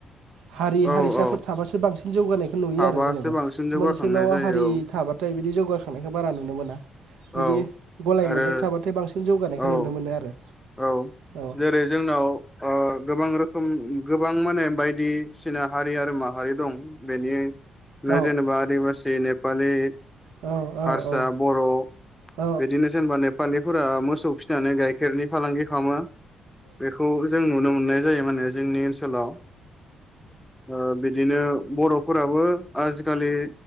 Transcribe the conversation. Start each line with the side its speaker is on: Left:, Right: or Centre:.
Right: हारि
Centre: औ
Right: हारिसाफोर
Centre: औ
Right: थाबासो बांसिन जौगानायखौ नुयो
Centre: हाबासो
Right: आरो जेनेबा
Centre: बांसिन जौगाखांनाय
Right: मोनसेल'
Centre: जायो
Right: हारि थाबाथाय बिदि जौगाखांनायखौ बारा नुनो मोना
Centre: औ
Right: बिदि गलाय
Centre: आरो
Right: मोनदेर थाबाथाय बांसिन जौगानायखौ
Centre: औ
Right: नुनो मोनो आरो।
Centre: औ।
Right: औ
Centre: जेरै जोंनाव ओ गोबां रोखोम। रोखोम गोबां माने बायदिसिना हारि आरो माहारि दं बेनि।
Right: औ
Centre: जेनेबा आदिबासि नेपालि
Right: औ औ
Centre: हारसा
Right: औ
Centre: बर'
Right: औ
Centre: बिदिनो जेनेबा ने फालिफोरा मोसौ फिनानै गाइखेरनि फालांगि खालामो। बेखौ जों नुनो मोननाय जायो माने जोंनि। ओनसोलाव ओ बिदिनो बर'फोराबो आजिखालि